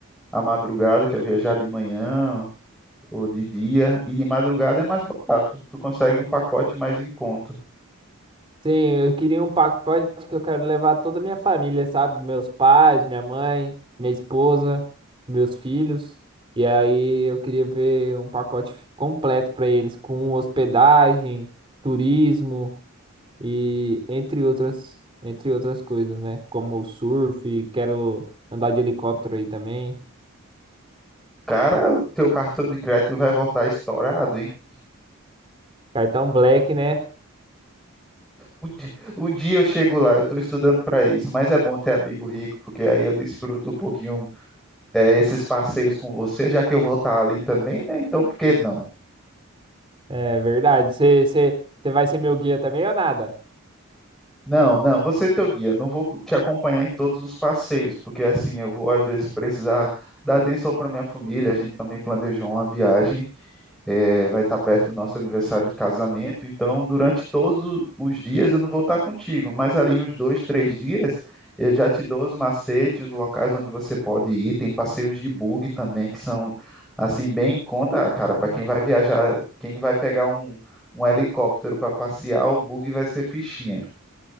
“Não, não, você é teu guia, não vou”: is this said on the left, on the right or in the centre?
Centre